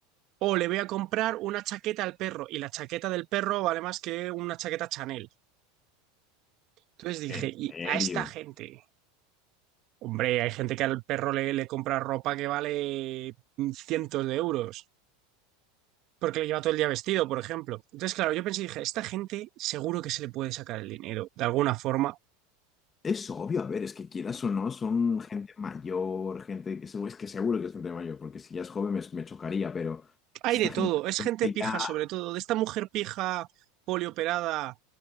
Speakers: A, on the right; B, on the left.
A: O le voy a comprar una chaqueta al perro y la chaqueta del perro vale más que una chaqueta Chanel. Entonces dije,
B: ¿En
A: y
B: serio?
A: a esta gente, hombre, hay gente que al perro le, le compra ropa que vale mm, cientos de euros porque le lleva todo el día vestido, por ejemplo. Entonces, claro, yo pensé, dije, esta gente seguro que se le puede sacar el dinero de alguna forma
B: Es obvio, a ver, es que quieras o no, son gente mayor, gente que seguro, es que seguro que es gente mayor, porque si ya es joven me, me chocaría, pero
A: Hay
B: es esta
A: de todo,
B: gente
A: es gente
B: que
A: pija
B: ya...
A: sobre todo, de esta mujer pija polioperada,